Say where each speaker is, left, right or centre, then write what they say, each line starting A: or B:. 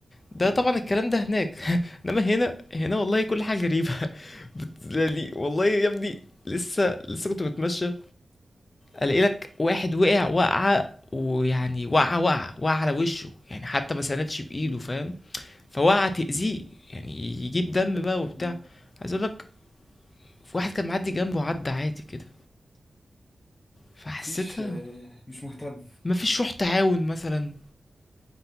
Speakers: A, on the left; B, on the left.
A: ده
B: مم.
A: طبعا الكلام ده هناك <laughs> انما هنا هنا والله كل حاجة غريبة <laughs> بت- يعني والله يا ابني لسه لسه كنت بتمشى الاقي لك واحد وقع وقعة ويعني وقعة وقعة وقع على وشه يعني حتى ما سندش بايده
B: مم.
A: فاهم
B: <laughs>
A: فوقعة تأذيه يعني يجيب دم بقى وبتاع
B: مم.
A: عايز اقول لك في واحد كان معدي جنبه عدى عادي كده فحسيتها
B: مفيش آه، مش مهتم
A: مفيش روح تعاون مثلا